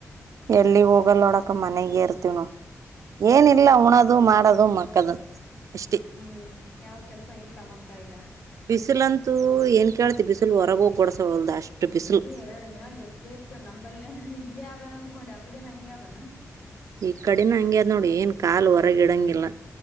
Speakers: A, on the right; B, on the left.
A: ಎಲ್ಲಿಗೆ ಹೋಗಲ್ ನೋಡ ಅಕ್ಕ ಮನೆಗ ಇರ್ತೀವಿ ನಾವ್ ಏನಿಲ್ಲ
B: ಹ್ಮ್
A: ಉಣದು ಮಾಡೋದು ಮಕ್ಕಣದು ಇಷ್ಟೇ.
B: ಹ್ಮ್ ಯಾವ ಕೆಲ್ಸ ಇಲ್ಲ ಮತ್ತ ಈಗ
A: ಬಿಸಿಲಂತೂ ಏನ್ ಕೇಳ್ತಿ ಬಿಸಿಲು ಹೊರಗೋಗಿ ಗಡಸವಲ್ದ ಅಷ್ಟು ಬಿಸಿಲು
B: ಏ ಎರಡು ದಿನ ಜಗ್ಗೆ ಇತ್ತು ನಂಬಲ್ಲ ಇಲ್ಲೇ ಆದಾನ ಅನ್ಕೊಂಡಿ ಅಕಡನ ಹಂಗೆ ಅದಾನ
A: ಈ ಕಡಿನ ಹಂಗ್ಯ ಅದ್ ನೋಡಿ ಏನ್ ಕಾಲ್ ಹೊರಗ ಇಡಂಗಿಲ್ಲ.